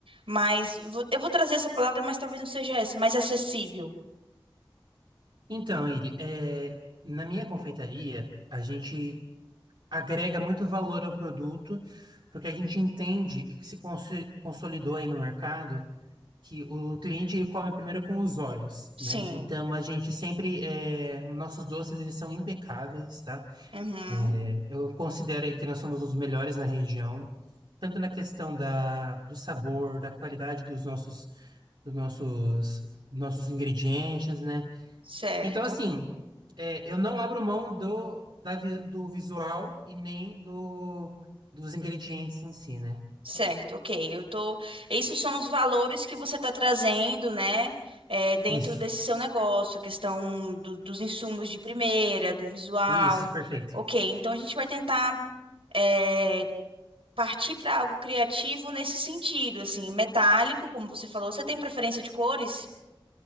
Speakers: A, on the right; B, on the right.
A: mais, vou- eu vou trazer essa palavra, mas talvez não seja essa, mais acessível.
B: Então, Iri, é, na minha confeitaria, a gente agrega muito valor ao produto, porque a gente entende e se consi- consolidou aí no mercado que o cliente ele come primeiro com os olhos,
A: Sim.
B: né? Então a gente sempre eh, nossos doces eles são impecáveis, tá?
A: Uhum.
B: Eh, eu considero aí que nós somos os melhores na região, tanto na questão da, do sabor, da qualidade dos nossos dos nossos nossos ingredientes, né?
A: Certo.
B: Então, assim, é, eu não abro mão do, da vi- do visual e nem do, dos ingredientes em si, né?
A: Certo, ok. Eu tô. Esses são os valores que você está trazendo, né? é, dentro
B: Isso,
A: desse seu negócio, a questão do- dos insumos de primeira, do visual.
B: isso, perfeito.
A: Ok, então a gente vai tentar. eh, partir para algo criativo nesse sentido, assim, metálico, como você falou. Você tem preferência de cores?